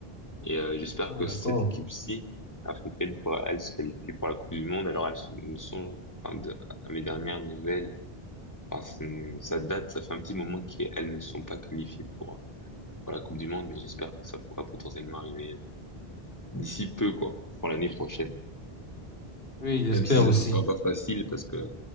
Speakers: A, on the left; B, on the left.
A: Et euh, j'espère
B: Oh,
A: que
B: d'accord.
A: cette équipe-ci, africaine, pourra, elle, se qualifier pour la Coupe du Monde. Alors, elles ne sont, enfin, de- à mes dernières nouvelles, enfin, c'est une- ça date, ça fait un petit moment qu'elles ne sont pas qualifiées pour, pour la Coupe du Monde, mais j'espère que ça pourra potentiellement arriver euh, d'ici peu, quoi, pour l'année prochaine.
B: Oui, j'espère
A: Même si ce
B: aussi.
A: ne sera pas facile, parce que